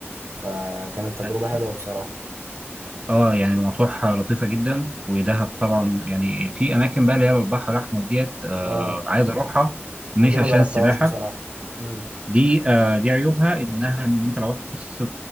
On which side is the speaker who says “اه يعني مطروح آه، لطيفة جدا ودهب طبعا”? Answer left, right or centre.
Right